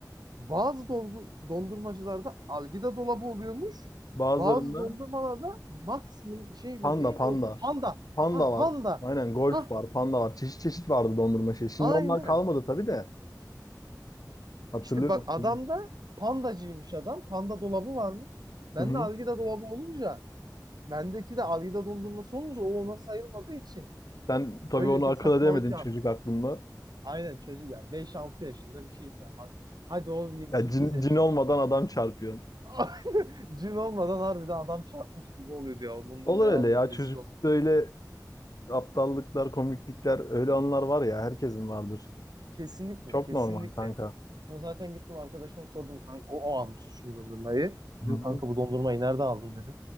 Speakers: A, on the right; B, on the left.
A: Bazı dolgu, dondurmacılarda algida dolabı oluyormuş.
B: Bazılarında
A: Bazı dondurmalarda Max mı- şey mi
B: panda
A: neydi
B: panda.
A: o panda.
B: Panda
A: Ha
B: var.
A: panda.
B: Aynen golf
A: Ha
B: var, panda var. Çeşit çeşit vardı dondurma şey. Şimdi
A: aynen.
B: onlar kalmadı tabii de. Hatırlıyor
A: İşte bak
B: musun?
A: adam da pandacıymış adam. Panda dolabı varmış. Ben
B: Hı hı.
A: de algida dolabı olunca bendeki de algida dondurması olunca o ona sayılmadığı için
B: Sen tabii
A: öyle
B: onu akıl
A: bir saçmalık
B: edemedin
A: yapmış.
B: çocuk aklında.
A: Aynen çocuk ya beş altı yaşında bir şeysin ama hadi ol yedi
B: Ya
A: sekiz
B: cin,
A: yaşında.
B: cin olmadan adam çarpıyor.
A: <laughs> Cin olmadan harbiden adam çarpmış gibi oluyordu ya. Dondurmayı
B: Olur öyle
A: aldık
B: ya.
A: rezil
B: Çocuklukta
A: olduk.
B: öyle aptallıklar, komiklikler, öyle anlar var ya herkesin vardır.
A: Kesinlikle
B: Çok
A: kesinlikle.
B: normal kanka.
A: Sonra zaten gittim arkadaşıma sordum. Kanka, o, o almıştı çünkü dondurmayı. Dedim
B: Hı hı.
A: kanka bu dondurmayı nerede aldın dedim.